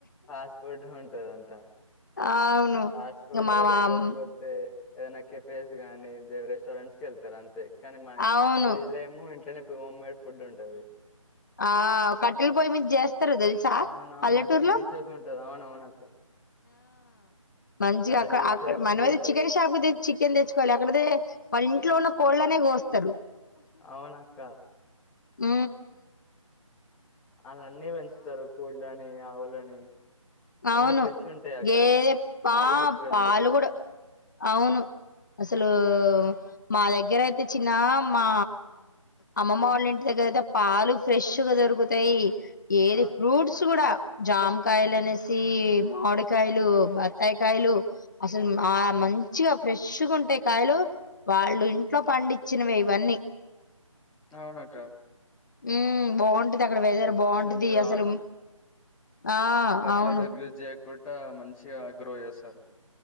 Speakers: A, in the centre; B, on the left.
A: ఫాస్ట్ ఫుడ్ ఉంటది అంతా
B: అవును.
A: ఫాస్ట్ ఫుడ్
B: ఇక మా మామ్
A: లేకపోతే ఏదన్నా కపిేస్ గానిి దేవరే్ స రెడ్స్ెళ్తార అంతే కానీ మా
B: అవును.
A: విలేజ్ లో ఏమో ఇంట్లోనే ఇప్పుడు హోమ్ మేడ్ ఫుడ్ ఉంటుంది
B: ఆ కట్టల్ పోయి మీ జస్ తెలుసా
A: అవునవునక్క
B: పల్లెటూరులో
A: డిలీషియస్ ఉంటది అవునవునక్క
B: మంచిగా
A: చాలా
B: అక్కడ
A: డిలీషియస్
B: అ
A: ఫుడ్
B: మనమతే
A: ఉంటది
B: చికెన్ షాప్ తె చికెన్ తెచ్చుకోవాలి అక్కడ వాళ్ళ ఇంట్లో ఉన్న కోళ్ళనే కోస్తారు
A: అవునాక్క
B: ఉ
A: అళ్న్నీ పెంచుతారు కోడ ని ఆవులని
B: అవును
A: అన్ని ఫ్రెష్ ఉంటాయి అక్కడ.
B: గేదే పా
A: ఆర్గానిక్ పండిస్తారు.
B: పాలు కూడా అవును అసలు మా దగ్గర అయితే చిన్న మా అమ్మమ వాళ్ళ ఇంటి దగ్గర అయితే పాలు ఫ్రెష్గా దొరుకుతాయి ఏది
A: ఆ అక్క
B: ఫ్రూట్స్ కూడా జామ్ కాయలాని మామిడికాయలు బత్తాయికాయలు అసలు మా మంచిగా ఫ్రెష్గా ఉంటే కాయలు వాళ్ళు ఇంట్లో పండించినవి ఇవన్నీ
A: అవునుట
B: ఉ బాగుంటది అక్కడ వెేదర్ బాగుంటది
A: ఉంటది,
B: అసలు ఆ అవును
A: ఎ సార్ యూజ్ గు మంచిగా గ్రో చేస్తారు